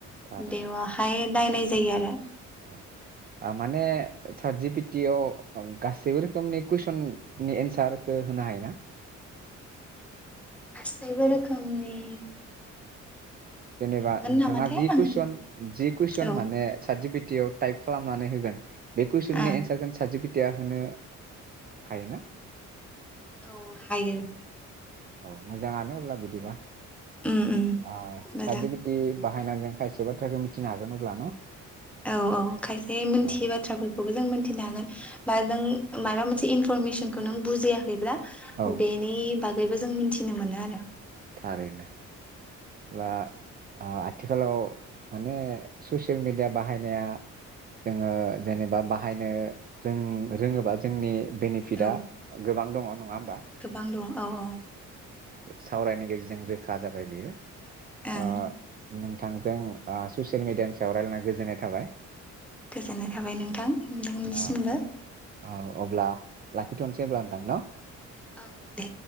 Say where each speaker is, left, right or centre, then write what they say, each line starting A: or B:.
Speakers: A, on the right; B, in the centre.
A: थारैनो
B: बेवाहाय दायनाय जायो आरो
A: औ आ माने सारज बिटियाव गासैबो रोखोमनि कुइसननि एन्सारखौ होनो हायोना?
B: गासैबो रोखोमनि
A: जेनेबा
B: हागोन
A: नोंथाङा
B: नामाथाय
A: जि
B: आं
A: कुइसन जि कुइसन
B: औ
A: माने सार्टिजिपि ति आव टाइप खालामनानै होगोन बे कुइसननि
B: आ
A: एन्सारखौ सासे पिटिया होनो हायोना?
B: औ हायो
A: औ मोजाङानो अब्ला बिदिबा
B: उम उम
A: आ
B: मोजां
A: सारत जिबिटि बाहायना जों खायसे बाथ्राखौ मिथिनो हागोन अब्ला न'?
B: औ औ खायसे मोनथियै
A: औ
B: बाथ्राफोरखौबो जों मोनथिनो हागोन बा जों माबा मोनसे इनफरमेसनखौ नों बुजियाखैब्ला
A: औ
B: बेनि बाग बेबो जों मिथिनो मोनो आरो
A: थारैनो ब्ला आ आथिखालाव माने ससियेल मेडिया बाहायनाया जोङो जेनेबा बाहायनो रों रोङोबा जोंनि बेनिफिटआ
B: औ
A: गोबां दङ नङा
B: गोबां दं औ औ
A: सावरायनायनि गेजेरजों रोखा जाबाय बेयो
B: ओं
A: ओ नोंथांजों ओ ससियेल मिडियानि सायाव रायलायना गोजोननाय थाबाय।
B: गोजोननाय थाबाय नोंथां नोंथांनिसिमबो
A: औ औ अब्ला लाखिथ'नोसै हब्ला नोंथां न'
B: औ दे